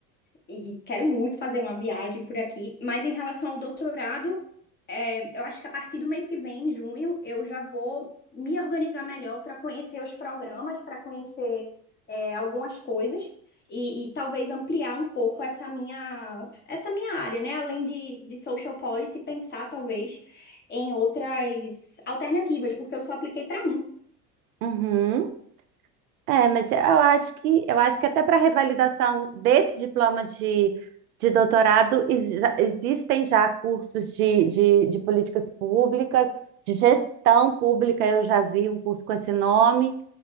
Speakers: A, on the left; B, on the right.
A: e quero muito fazer uma viagem por aqui, mas em relação ao doutorado, é, eu acho que a partir do mês que vem, em junho, eu já vou me organizar melhor para conhecer os programas, para conhecer é, algumas coisas e, e talvez ampliar um pouco essa minha essa minha área, né? Além de, de social policy, pensar talvez em outras alternativas, porque eu só apliquei para um.
B: Uhum. É, mas eu acho que eu acho que até para revalidação desse diploma de, de doutorado ex- já- existem já cursos de, de, de políticas públicas, de gestão pública, eu já vi um curso com esse nome,